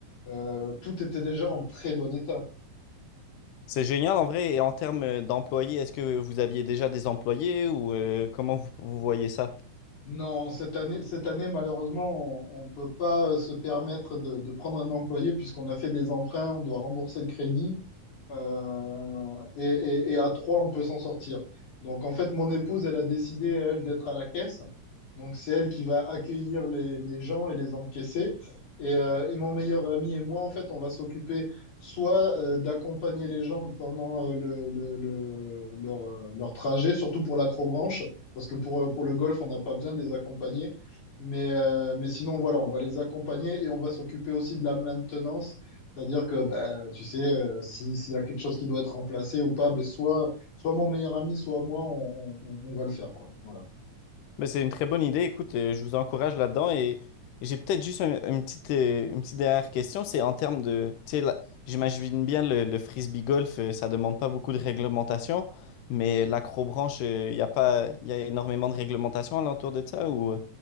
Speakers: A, on the left; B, on the left.
A: euh, tout était déjà en très bon état.
B: C'est génial en vrai. Et en termes euh, d'employés, est-ce que vous aviez déjà des employés ou euh, comment vous vous voyez ça?
A: Non, cette année, cette année malheureusement, on ne peut pas se permettre de, de prendre un employé puisqu'on a fait des emprunts, on doit rembourser le crédit. Euh, et, et- et à trois, on peut s'en sortir. Donc, en fait, mon épouse, elle a décidé, elle, d'être à la caisse. Donc, c'est elle qui va accueillir les, les gens et les encaisser. Et, euh, et mon meilleur ami et moi, en fait, on va s'occuper soit euh, d'accompagner les gens pendant euh, le, le- le- leur, euh, leur trajet, surtout pour l'acrobranche, parce que pour, euh, pour le golf, on n'a pas besoin de les accompagner. Mais, euh, mais sinon, voilà, on va les accompagner et on va s'occuper aussi de la maintenance c'est-à-dire que, ben, tu sais, euh, si, s'il y a quelque chose qui doit être remplacé ou pas, ben, soit, soit mon meilleur ami, soit moi, on, on- on va le faire, quoi. Voilà.
B: Mais c'est une très bonne idée. Écoute, euh, je vous encourage là-dedans et j'ai peut-être juste un- une petite, euh, une petite dernière question. C'est en termes de, tu sais, la- j'imagine bien le, le frisbee golf, euh, ça demande pas beaucoup de réglementation, mais l'acrobranche, euh, il y a pas, il y a énormément de réglementation alentour de ça ou, euh,